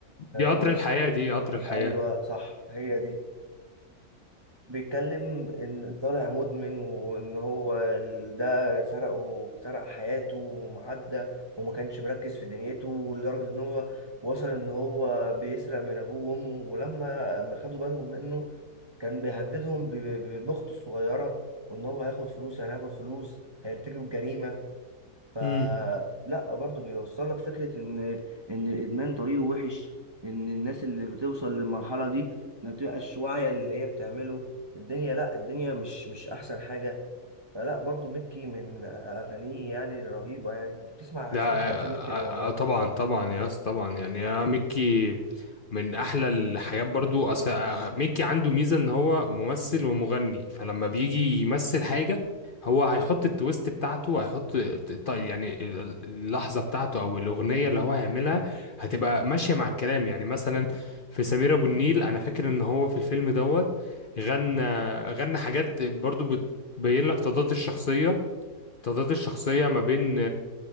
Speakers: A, on the left (about 45°); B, on the right (about 20°).
A: دي قطر
B: و...
A: الحياة دي قطر الحياة
B: ايوه صح هي دي بيتكلم ان طالع مدمن وان هو ال- ده سرقه سرق حياته ومعدى وما كانش مركز في دنيته لدرجه ان هو وصل ان هو بيسرق من ابوه وامه ولما خدوا بالهم منه كان بيهددهم ب- ب- بأخته الصغيرة وإن هو هياخد فلوس يعني هياخد فلوس هيرتكب جريمة فلا
A: امم
B: برضه بيوصل لك فكرة إن إن الإدمان طريقه وحش إن الناس اللي بتوصل للمرحلة دي ما بتبقاش واعية اللي هي بتعمله الدنيا لا الدنيا مش مش أحسن حاجة فلا برضه مكي من أغانيه يعني الرهيبة يعني أنت بتسمع
A: ده
B: سمعت
A: آه،
B: حاجات لمكي
A: آه،
B: طبعا أكيد
A: آه، طبعا طبعا يا اسطى طبعا يعني انا ميكي من احلى الحاجات برضو اصل آه، ميكي عنده ميزه ان هو ممثل ومغني فلما بيجي يمثل حاجه هو هيحط التويست بتاعته هيحط الت- يعني ال- اللحظه بتاعته او الاغنيه اللي هو هيعملها هتبقى ماشيه مع الكلام يعني مثلا في سمير ابو النيل انا فاكر ان هو في الفيلم دوت غنى غنى حاجات برضو بتبين لك تضاد الشخصيه تضاد الشخصيه ما بين